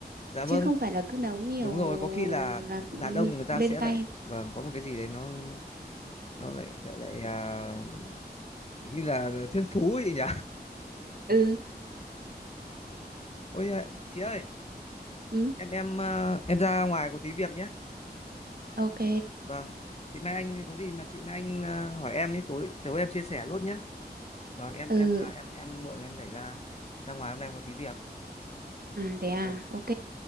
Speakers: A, on the left; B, on the right.
A: dạ
B: chứ
A: vâng
B: không phải là cứ nấu nhiều
A: đúng rồi có khi là
B: là
A: đàn
B: ừ,
A: ông người ta
B: lên
A: sẽ
B: tay
A: lại vâng có một cái gì đấy nó nó lại lại lại à, như là thiên phú ấy nhỉ
B: ừ
A: <laughs> ôi à, chị ơi
B: ừ
A: em em à, em ra ngoài có tí việc nhé
B: ok
A: vâng thì mai anh có gì mà chị mai anh à, hỏi em đi tối tối em chia sẻ luôn nhé vâng em
B: ừ
A: em là em em muộn rồi, em đẩy ra ra ngoài hôm nay có tí việc
B: à thế à
A: vâng,
B: ok